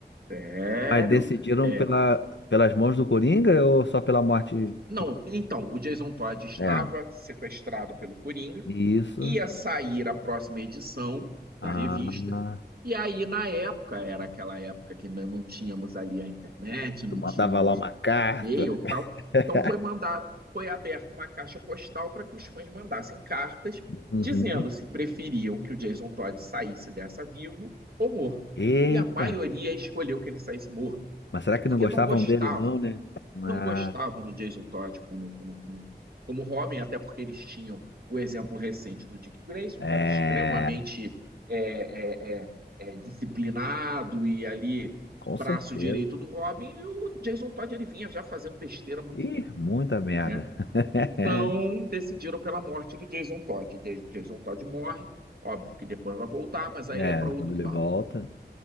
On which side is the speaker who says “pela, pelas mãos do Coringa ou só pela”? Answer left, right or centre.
Left